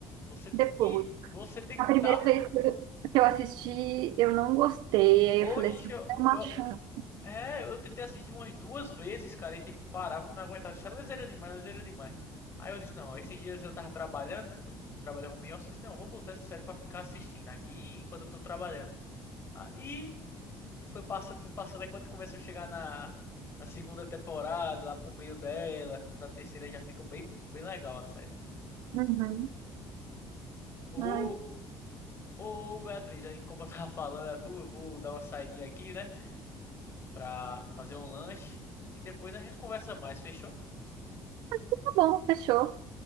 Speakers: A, on the left; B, on the right.
A: Você tem
B: Depois.
A: que, você tem
B: A
A: que
B: primeira
A: dar.
B: vez que eu que eu assisti, eu não gostei. Aí
A: Oxe,
B: eu falei assim, é
A: eu,
B: uma
A: eu-
B: chance.
A: é, eu tentei assistir umas duas vezes, cara, e tipo, parava que não aguentava. Isso é leseira demais, leseira demais. Aí eu disse, não, esses dias eu tava trabalhando, né? Eu trabalhava home office, eu disse, não, vou botar essa série pra ficar assistindo aqui enquanto eu tô trabalhando. Aí foi passando, foi passando. Aí quando começou a chegar na, na segunda temporada, lá pro meio dela, na terceira já fica bem, bem legal a série.
B: Uhum.
A: Ô,
B: Ai,
A: ô Beatriz, aí como eu tava falando a tu, eu vou dar uma saidinha aqui, né? Pra fazer um lanche. E depois a gente conversa mais, fechou?
B: tá bom, fechou.